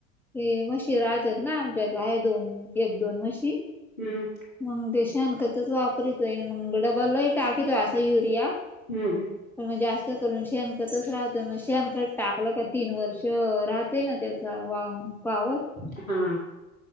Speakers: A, in the centre; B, on the left (about 80°).
A: हे मशीराहतत ना आमच्या का आहे दोन एक दोन मशी
B: हम्म
A: मग ते शणखतच वापरतय मग डबलला टाकितोय असा युरिया.
B: हम् ह
A: पण मग जास्त करून शेणकतच राहतोय मग शेणकत टाकलं का तीन वर्ष. राहतय ना त्याचा वा पवर
B: हा